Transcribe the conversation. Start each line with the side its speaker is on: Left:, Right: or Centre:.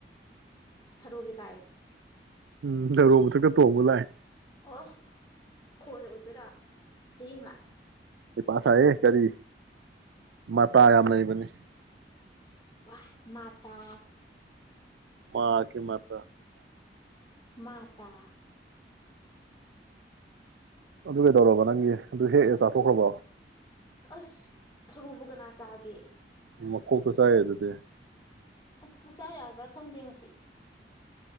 Left: ꯊꯔꯣꯒꯤ ꯂꯥꯏ
Right: ꯎꯝꯗ ꯊꯔꯣ ꯃꯊꯛꯇ ꯇꯣꯡꯕ ꯂꯥꯏ
Left: ꯑꯣ ꯈꯣꯏ ꯑꯣꯢ ꯍꯌꯤꯡꯂꯣ
Right: ꯍꯩꯄꯥ ꯁꯥꯢꯍꯦ ꯀꯔꯤ ꯃꯥꯇꯥ ꯂꯩꯕꯅꯤ
Left: ꯋꯥ ꯃꯥꯇꯥ
Right: ꯃꯥꯀꯤ ꯃꯥꯇ꯭ꯔ
Left: ꯃꯥ ꯇꯥ
Right: ꯑꯗꯨ ꯀꯩꯗꯧꯔꯕ ꯅꯪꯒꯤ ꯑꯗꯨ ꯍꯦꯛꯑ ꯆꯥꯊꯣꯛꯈ꯭ꯔꯕꯣ
Left: ꯑꯁ ꯊꯔꯣꯕꯨ ꯀꯅꯥ ꯆꯥꯒꯦ
Right: ꯃꯀꯣꯛꯇꯣ ꯆꯥ ꯌꯥꯏꯗꯨꯗꯤ
Left: ꯑꯁ ꯃꯆꯥ ꯌꯥꯕ꯭ꯔꯥ ꯈꯪꯗꯦ ꯃꯁꯤ